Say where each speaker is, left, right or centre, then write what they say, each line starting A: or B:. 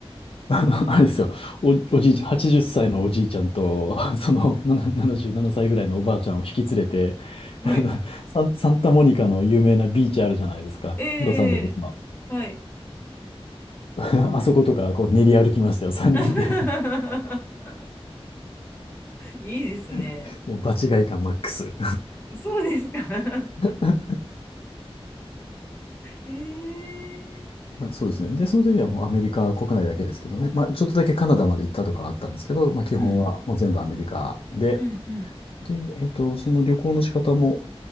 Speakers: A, on the left; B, on the left.
A: <laughs> あのあれですよ。お、おじいちゃん、80歳のおじいちゃんと、<laughs>
B: うん
A: その、なな77歳ぐらいのおばあちゃんを引き連れて、<laughs>
B: はい。
A: あの、サン、サンタモニカの有名なビーチあるじゃないですか。
B: ええ
A: ロサンゼルスの。
B: はい。
A: <laughs> あそことか、こう練り歩きましたよ、3人で。
B: <laughs> いいですね。
A: <laughs> もう場違い感マックス。
B: そうですか。
A: <laughs>
B: <laughs> ええ
A: まあ、そうですね。で、その時はもうアメリカ国内だけですけどね。まあ、ちょっとだけカナダまで行ったとかあったんですけど、まあ、基本はもう全部アメリカで、
B: うん、うん、うん。
A: で、えっと、その旅行の仕方も、